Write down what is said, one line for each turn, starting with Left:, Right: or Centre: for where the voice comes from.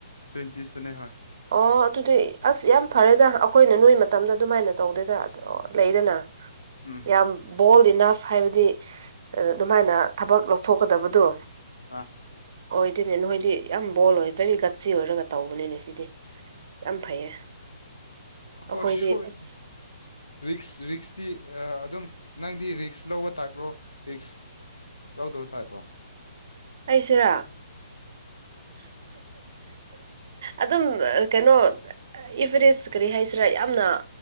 Left: ꯇ꯭ꯋꯦꯟꯇꯤꯤꯁꯇꯅꯦ ꯍꯣꯏ
Right: ꯑꯣ ꯑꯗꯨꯗꯤ ꯑꯁ ꯌꯥꯝ ꯐꯔꯦꯗ ꯑꯩꯈꯣꯏꯅ ꯅꯣꯏ ꯃꯇꯝꯗ ꯑꯗꯨꯃꯥꯏꯅ ꯇꯧꯗꯦꯗ ꯑꯗ ꯂꯩꯗꯅ
Left: ꯎꯝ
Right: ꯌꯥꯝ ꯣꯜ ꯏꯅ ꯍꯥꯏꯕꯗꯤ ꯑꯗꯨꯃꯥꯏꯅ ꯊꯕꯛ ꯂꯧꯊꯣꯛꯀꯗꯕꯗꯣ
Left: ꯑ
Right: ꯍꯣꯏ ꯏ ꯑꯗꯨꯅꯦ ꯅꯣꯏꯗꯤ ꯌꯥꯝ ꯕꯣꯜ ꯑꯣꯏ ꯕꯦꯔꯤ ꯒꯠꯁꯤ ꯑꯣꯏꯔꯒ ꯇꯧꯕꯅꯤꯅꯦ ꯁꯤꯗꯤ ꯌꯥꯝ ꯐꯩꯌꯦ
Left: ꯑꯣꯏ
Right: ꯑꯩꯈꯣꯏꯗꯤ
Left: ꯁꯣꯏ
Right: ꯑꯁ
Left: ꯔꯤꯛꯁ ꯔꯤꯛꯁꯇꯤ ꯑꯗꯨꯝ ꯅꯪꯗꯤ ꯔꯤꯛꯁ ꯂꯧꯕ ꯇꯥꯏꯞ꯭ꯔꯣ ꯔꯤꯛꯁ ꯂꯧꯗꯕ ꯇꯥꯏꯄ꯭ꯔꯣ
Right: ꯑꯩꯁꯤꯔꯥ ꯑꯗꯨꯝ ꯀꯩꯅꯣ ꯏꯐꯔꯤꯦꯁ ꯀꯔꯤ ꯍꯥꯏꯁꯤꯔꯥ ꯌꯥꯝꯅ